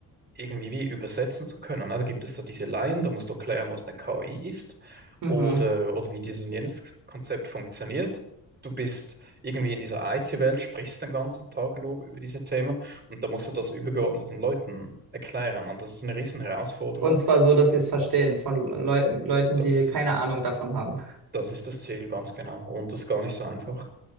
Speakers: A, on the right; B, on the right.
A: irgendwie wie übersetzen zu können. Ne? Da gibt es so diese Laien, da musst du erklären, was eine KI ist
B: Mhm.
A: oder, oder wie dieses und jenes Konzept funktioniert. Du bist irgendwie in dieser IT-Welt, sprichst den ganzen Tag nur über diese Themen und da musst du das übergeordneten Leuten erklären. Und das ist eine riesen Herausforderung.
B: Und zwar so, dass sie es verstehen von Leuten, Leuten,
A: Das
B: die keine
A: ist,
B: Ahnung davon haben.
A: das ist das Ziel, ganz genau. Und das ist gar nicht so einfach,